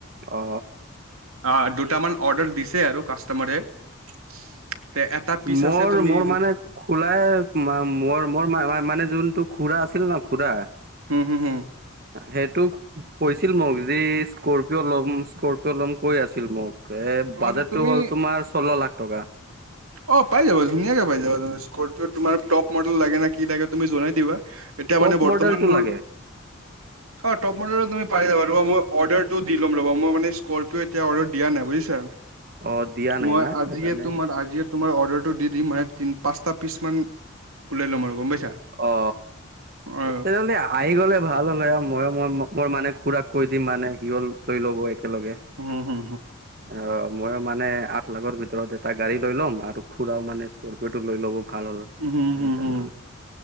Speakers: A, on the right; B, on the right.
A: অ।
B: অ, দুটামান অৰ্ডাৰ দিছে আৰু কাষ্টমাৰে। তে, এটা পিচ
A: মোৰ
B: আছে তুমিৰ
A: মোৰ মানে খোলাই, মা মোৰ মোৰ মানে যোনটো খুৰা আছিল ন', খুৰা।
B: হুম, হুম, হুম।
A: সেটো কৈছিল মোক যি স্কৰপিঅ' ল'ম স্কৰপিঅ' ল'ম কৈ আছিল মোক। এ,
B: অ
A: বাজেটটো
B: ত তুমি
A: হ'ল তোমাৰ চল্ল লাখ টকা।
B: অ, পাই যাব ধুনীয়াকে পাই যাবা তুমি। স্পিৰপিঅ' তোমাৰ টপ মডেল লাগে নে কি লাগে? তুমি জনাই দিবা। এতিয়া
A: টপ
B: মানে বৰ্তমান
A: মডেলটো
B: মোৰ
A: লাগে
B: অ, টপ মডেলো তুমি পাই যাবা। ৰ'বা, মই অৰ্ডাৰটো দি ল'ম ৰবা। মই মানে স্কৰপিঅ' এতিয়া অৰ্ডাৰ দিয়া নাই। বুজিছা?
A: অ', দিয়া নাই
B: মই
A: না
B: আজিয়ে
A: সেইকাৰণে
B: তোমাৰ আজিয়ে তোমাৰ অৰ্ডাৰটো দি দিম। মানে তিন পাঁচটা পিচ মান ওলাই ল'ম আৰু গম পাইছা?
A: অ।
B: অ
A: তেনেলিয়া আহি গ'লে ভাল হ'লে। ময়ো মই মক্কৰ মানে খুৰাক কৈ দিম মানে সিহঁল লৈ ল'ব একেলগে।
B: উম, হু।
A: অ, মই মানে আঠ লাখৰ ভিতৰত এটা গাড়ী লৈ ল'ম। আৰু খুৰাও মানে স্কৰপিঅ' টো লৈ ল'ব ভাল হ'ল,
B: হুম হুম
A: তেনেহ'লে।
B: হুম